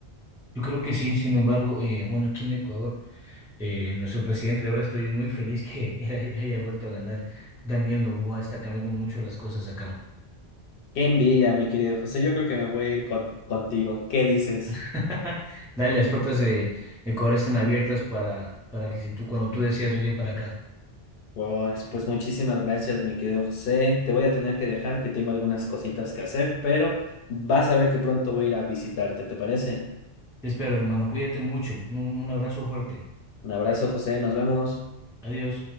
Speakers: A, in the centre; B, on the left.
A: Yo creo que sí, sin embargo, eh, bueno, aquí en Ecuador, eh, nuestro presidente, ahora estoy muy feliz que <laughs> haya haya vuelto a ganar. Daniel Noboa está cambiando mucho las cosas acá.
B: Qué envidia, mi querido José. Yo creo que me voy a ir con- contigo. ¿Qué dices?
A: <laughs> Dale, las puertas de Ecuador están abiertas para, para que si tú, cuando tú decidas venir para acá.
B: Pues, pues muchísimas gracias, mi querido José. Te voy a tener que dejar, que tengo algunas cositas que hacer, pero vas a ver que pronto voy a ir a visitarte, ¿te parece?
A: Te espero, hermano, cuídate mucho. un un abrazo fuerte.
B: Un abrazo, José. Nos vemos.
A: Adiós.